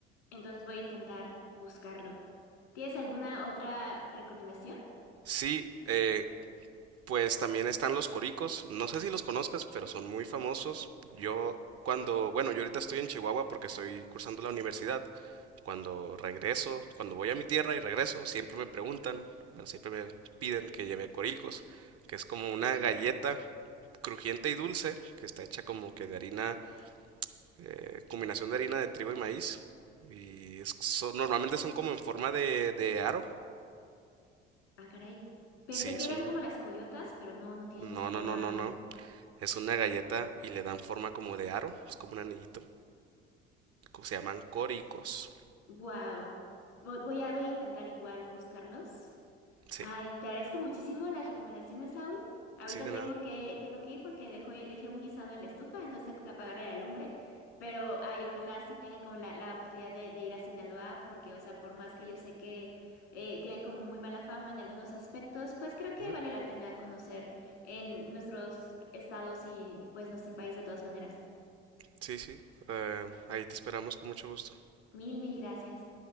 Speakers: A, on the left; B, on the right.
A: Entonces voy a intentar buscarlo. ¿Tienes alguna otra recomendación?
B: Sí, eh, Pues también están los coricos, no sé si los conozcas, pero son muy famosos. Yo cuando, bueno, yo ahorita estoy en Chihuahua porque estoy cursando la universidad. Cuando regreso, cuando voy a mi tierra y regreso, siempre me preguntan, bueno, siempre me piden que lleve coricos, que es como una galleta crujiente y dulce, que está hecha como que de harina, eh, combinación de harina de trigo y maíz. Y es- son- normalmente son como en forma de, de aro.
A: Ah, caray. Pensé
B: Sí,
A: que
B: es
A: eran
B: un...
A: como las coyotas, pero no, no tienen
B: No,
A: esa forma.
B: no, no, no, no. Es una galleta y le dan forma como de aro, es como un anillito. Se llaman coricos.
A: Wow. Voy a, voy a intentar igual buscarlos.
B: Sí,
A: Ay, te agradezco muchísimo las recomendaciones, Saúl. Ahorita
B: sí, de
A: tengo
B: nada.
A: que, tengo que ir porque dejo- dejé un guisado en la estufa, entonces tengo que apagarle la lumbre. Pero, ay, ojalá sí tenga como la, la oportunidad de, de ir a Sinaloa, porque, o sea, por más que yo sé que eh, tiene como muy mala fama en algunos aspectos, pues creo que
B: Ujú.
A: vale la pena conocer en nuestros estados y pues nuestro país de todas maneras.
B: Sí, sí. eh, ahí te esperamos con mucho gusto.
A: Mil, mil gracias.